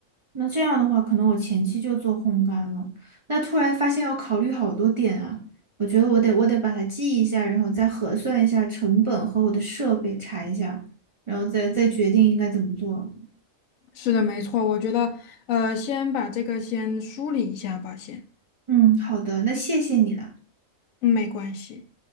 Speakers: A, on the right; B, on the left.
A: 那这样的话，可能我前期就做烘干了。那突然发现要考虑好多点啊，我觉得我得我得把它记一下，然后再核算一下成本和我的设备查一下，然后再再决定应该怎么做。
B: 是的，没错，我觉得，呃，先把这个先梳理一下吧，先，
A: 嗯，好的，那谢谢你了。
B: 嗯，没关系。